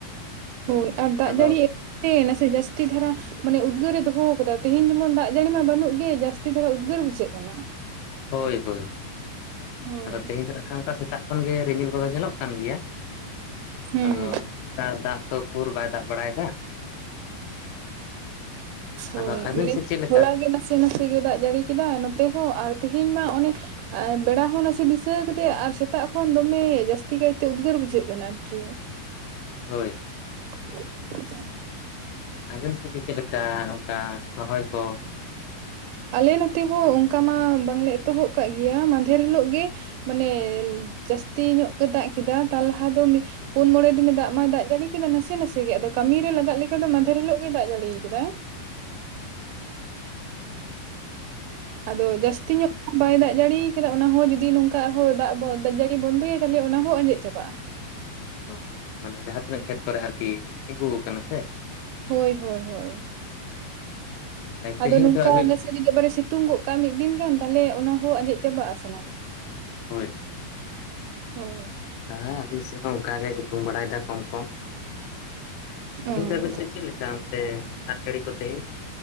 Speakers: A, on the right; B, on the left.
A: ᱦᱳᱭ ᱟᱨ ᱫᱟᱜ
B: ᱟᱫᱚ
A: ᱡᱟᱹᱲᱤ ᱱᱟᱥᱮ ᱡᱟᱹᱥᱛᱤ ᱫᱷᱟᱨᱟ ᱢᱟᱱᱮ ᱩᱫᱽᱜᱟᱹᱨ ᱮ ᱫᱚᱦᱚ ᱠᱟᱫᱟ ᱛᱤᱦᱤᱧ ᱡᱮ ᱢᱚᱱ ᱫᱟᱜ ᱡᱟᱹᱲᱤ ᱢᱟ ᱵᱟᱹᱱᱩᱜ ᱜᱮ ᱡᱟᱹᱥᱛᱤ ᱫᱷᱟᱨᱟ ᱩᱫᱽᱜᱟᱹᱨ ᱵᱩᱡᱷᱟᱹᱜ ᱠᱟᱱᱟ
B: ᱦᱳᱭ ᱦᱳᱭ
A: ᱦᱳᱭ
B: ᱟᱫᱚ ᱛᱤᱦᱤᱧ ᱫᱚ ᱦᱟᱸᱜ ᱠᱷᱟᱱ ᱚᱱᱠᱟ ᱥᱮᱛᱟᱜ ᱠᱷᱚᱱ ᱜᱮ ᱨᱤᱢᱤᱞ ᱠᱚᱫᱚ ᱧᱮᱞᱚᱜ ᱠᱟᱱ ᱜᱮᱭᱟ
A: ᱦᱩᱸ
B: ᱟᱫᱚ ᱱᱮᱛᱟᱨ ᱫᱟᱜ ᱛᱚ ᱩᱠᱩᱨ ᱵᱟᱭ ᱫᱟᱜ ᱵᱟᱲᱟᱭ ᱫᱟ
A: ᱦᱳᱭ
B: ᱟᱫᱚ ᱟᱹᱵᱤᱱ
A: ᱢᱟᱱᱮ
B: ᱥᱮᱫ ᱪᱮᱫ ᱞᱮᱠᱟ
A: ᱦᱚᱞ ᱜᱮ ᱱᱟᱥᱮ ᱱᱟᱥᱮ ᱜᱮ ᱫᱟᱜ ᱡᱟᱹᱲᱤ ᱠᱮᱫᱟᱭ ᱱᱚᱛᱮ ᱦᱚᱸ ᱟᱨ ᱛᱮᱦᱮᱧ ᱢᱟ ᱚᱱᱮ ᱟᱨ ᱵᱮᱲᱟ ᱦᱚᱸ ᱱᱟᱥᱮ ᱫᱤᱥᱟᱹ ᱠᱟ ᱫᱮᱭᱟ ᱟᱨ ᱥᱮᱛᱟᱜ ᱠᱷᱚᱱ ᱫᱚᱢᱮ ᱡᱟᱹᱥᱛᱤ ᱠᱟᱭ ᱛᱮ ᱩᱫᱽᱜᱟᱹᱨ ᱵᱩᱡᱷᱟᱹᱜ ᱠᱟᱱᱟ ᱟᱨᱠᱤ <inaudible>
B: ᱦᱳᱭ
A: <inaudible>
B: ᱟᱹᱵᱤᱱ ᱥᱮᱫ ᱜᱮ ᱪᱮᱫ ᱞᱮᱠᱟ ᱚᱱᱠᱟ ᱨᱚᱦᱚᱭ ᱠᱚ
A: ᱟᱞᱮ ᱱᱚᱛᱮ ᱦᱚᱸ ᱚᱱᱠᱟ ᱢᱟ ᱵᱟᱝ ᱞᱮ ᱮᱛᱚᱦᱚᱵ ᱠᱟᱜ ᱜᱮᱭᱟ ᱢᱟᱫᱷᱮᱨ ᱦᱤᱞᱳᱜ ᱜᱮ ᱢᱟᱱᱮ ᱡᱟᱹᱥᱛᱤ ᱧᱚᱜ ᱜᱮ ᱫᱟᱜ ᱠᱮᱫᱟ ᱛᱟᱨ ᱞᱟᱦᱟ ᱫᱚ ᱯᱩᱱ ᱢᱚᱸᱬᱮ ᱫᱤᱱ ᱮ ᱫᱟᱜ ᱢᱟ ᱫᱟᱜ ᱡᱟᱹᱲᱤ ᱠᱮᱫᱟ ᱱᱟᱥᱮ ᱱᱟᱥᱮ ᱜᱮ ᱟᱫᱚ ᱠᱟᱹᱢᱤᱨ ᱨᱮ ᱞᱟᱜᱟᱜ ᱞᱮᱠᱟ ᱫᱚ ᱢᱟᱫᱷᱮᱨ ᱦᱤᱞᱳᱜ ᱜᱮ ᱫᱟᱜ ᱡᱟᱹᱲᱤ ᱠᱟᱫᱟᱭ᱾
B: ᱚ
A: ᱟᱫᱚ ᱡᱟᱹᱥᱛᱤ ᱧᱚᱜᱼᱼ ᱵᱟᱭ ᱫᱟᱜ ᱡᱟᱹᱲᱤ ᱠᱟᱫᱟ ᱚᱱᱟ ᱦᱚᱸ ᱡᱩᱫᱤ ᱱᱚᱝᱠᱟ ᱫᱟᱜ ᱫᱟᱜ ᱡᱟᱹᱲᱤ ᱵᱚᱱᱫᱚᱭᱟ ᱛᱟᱦᱞᱮ ᱚᱱᱟ ᱦᱚᱸ ᱟᱸᱡᱮᱫ ᱪᱟᱵᱟᱜᱼᱟ ᱾
B: ᱚ ᱢᱟᱱᱮ ᱡᱟᱦᱟᱸ ᱛᱤᱱᱟᱹᱜ ᱠᱷᱮᱛ ᱠᱚᱨᱮ ᱟᱨᱠᱤ ᱛᱤᱸᱜᱩ ᱟᱠᱟᱱᱟ ᱥᱮᱼᱼ
A: ᱦᱚᱭ ᱦᱚᱭ ᱦᱚᱭ,
B: ᱛᱟᱦᱚᱞᱮ ᱛᱮᱦᱮᱧ
A: ᱟᱫᱚ ᱱᱚᱝᱠᱟ
B: ᱫᱚ ᱟᱹᱵᱤᱱ
A: ᱟᱞᱮ ᱥᱮᱼᱼ ᱡᱩᱫᱤ ᱵᱟᱨ ᱮ ᱥᱤᱛᱩᱝ ᱜᱚᱜ ᱠᱟᱜᱼᱟ ᱢᱤᱫ ᱫᱤᱱ ᱜᱟᱱ, ᱛᱟᱦᱞᱮ ᱚᱱᱟ ᱦᱚᱸ ᱟᱸᱡᱮᱫ ᱪᱟᱵᱟᱜᱼᱟ ᱥᱟᱱᱟᱢᱟᱜᱼᱟ ᱾
B: ᱦᱳᱭ ᱾
A: ᱦᱚᱭ ᱾
B: ᱦᱮᱸ ᱟᱹᱞᱤᱧ ᱥᱮᱫ ᱦᱚᱸ ᱚᱱᱠᱟ ᱜᱮ ᱥᱤᱛᱩᱝ ᱵᱟᱲᱟᱭ ᱫᱟ ᱠᱚᱢ ᱠᱚᱢ ᱾
A: ᱚ
B: ᱱᱤᱛ ᱫᱚ ᱟᱵᱤᱱ ᱥᱮᱫ ᱪᱮᱫ ᱞᱮᱠᱟ‌ ᱚᱱᱛᱮ ᱫᱟᱜ ᱡᱟᱹᱲᱤ ᱠᱚ ᱛᱮ‌?